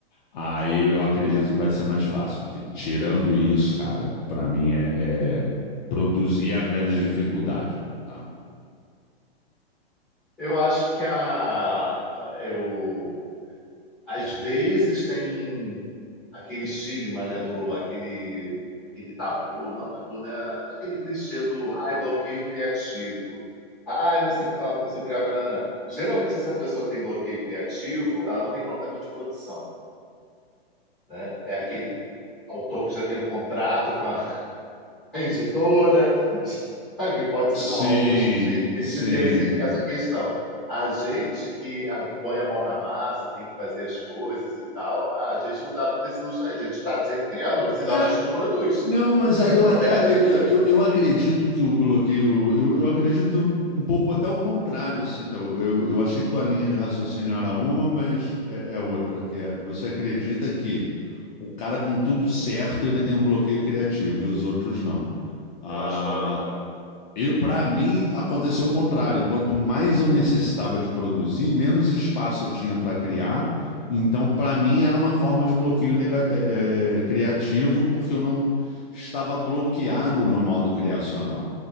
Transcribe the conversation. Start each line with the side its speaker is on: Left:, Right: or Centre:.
Left: aí eu acredito que vai ser mais fácil, porque tirando isso, cara, para mim é, é produzir é a grande dificuldade, tá?
Centre: Eu acho que a, eu Às vezes tem aquele estigma, né, do aquele aquele tabu, não tabu, né, aquele clichê do ai, bloqueio criativo. Ai, não sei o que lá, não consigo criar. blá, blá, blá. Geralmente essa pessoa que tem bloqueio criativo, ela não tem problema de produção, né? É aquele autor que já tem um contrato com a a editora, <laughs> sabe? Pode se
Left: Sim,
Centre: dar ao luxo de, de
Left: sim.
Centre: ter esse- essa questão. A gente que ah, põe a mão na massa e tem que fazer as coisas e tal, a gente não dá para ter esse luxo. aí. A gente está sempre criando, senão
Left: É,
Centre: a gente não produz,
Left: Não, mas aí
Centre: senão
Left: eu até
Centre: não realiza.
Left: eu, eu, eu acredito que o bloqueio. Eu, eu acredito um pouco até o contrário, assim. Então, eu, eu achei que tua linha de raciocínio era uma, mas é, é outra, que é você acredita que o cara com tudo certo ele tem um bloqueio criativo e os outros não. Ah,
Centre: Eu acho que ah,
Left: eu, para mim, aconteceu o contrário. Quanto mais eu necessitava de produzir, menos espaço eu tinha para criar. Então, para mim, era uma forma de bloqueio nega- é, é, criativo, porque eu não estava bloqueado o meu modo criacional.